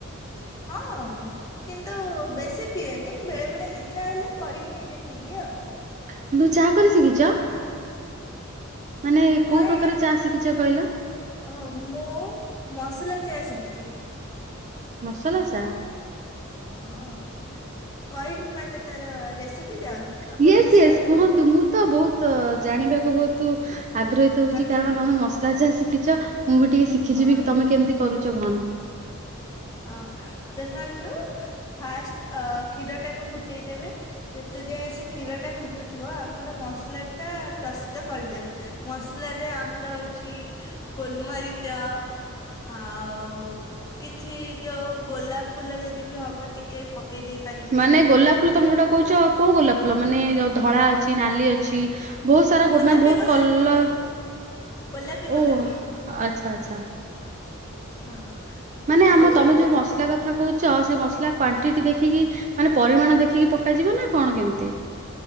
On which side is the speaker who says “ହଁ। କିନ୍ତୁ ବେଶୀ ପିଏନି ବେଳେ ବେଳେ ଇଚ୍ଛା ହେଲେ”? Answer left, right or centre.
Left